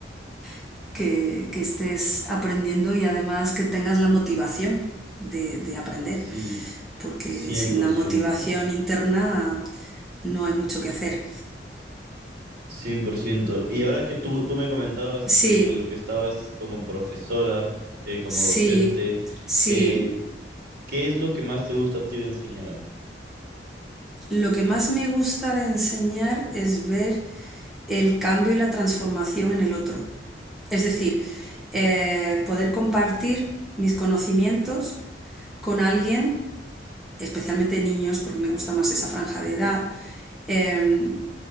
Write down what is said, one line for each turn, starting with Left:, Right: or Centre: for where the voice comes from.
Centre: <laughs> que, que estés aprendiendo y además que tengas la motivación de, de aprender,
Right: Sí,
Centre: porque
Right: cien
Centre: sin
Right: cien por
Centre: la motivación
Right: ciento
Centre: interna no hay mucho que hacer.
Right: cien por ciento Y ahora que tú, tú me comentabas
Centre: Sí,
Right: eh, lo que estabas como profesora, eh, como
Centre: Sí,
Right: docente.
Centre: sí.
Right: eh, ¿Qué es lo que más te gusta a ti de enseñar?
Centre: Lo que más me gusta de enseñar es ver el cambio y la transformación en el otro. Es decir, eh, poder compartir mis conocimientos con alguien, especialmente niños, porque me gusta más esa franja de edad, eh,